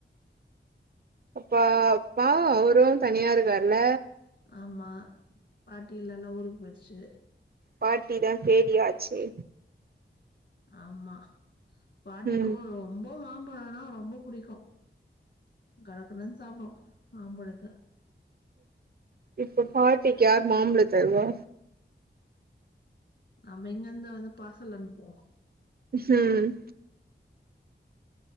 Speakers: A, on the right; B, on the left.
A: அப்பா அப்பா அவரு தனியா இருக்கார்ல
B: ஆமா பாட்டி இல்லல ஊருக் போயிற்ச்சு
A: பாட்டிதா கேடி ஆச்சே
B: ஆம்மா பாட்டிக்கோ
A: ம்
B: ம்போ மாம்பழம்னா ரொம்ப புடிக்கு கடக்கடன் சாப்டு மாம்பழத்த
A: இப்ப பாட்டிக் யார் மாம்ப்ழ தருவா
B: நம்ப இங்கந்து வந்து பாசல் அன்ப்புவோ
A: ம்